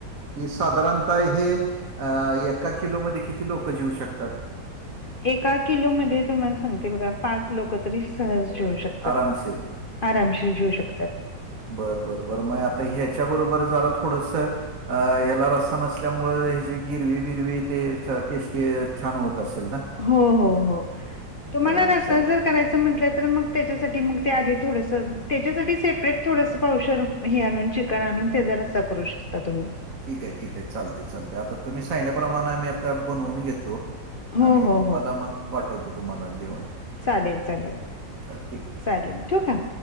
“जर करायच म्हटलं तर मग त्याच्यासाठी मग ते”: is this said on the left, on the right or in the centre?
Left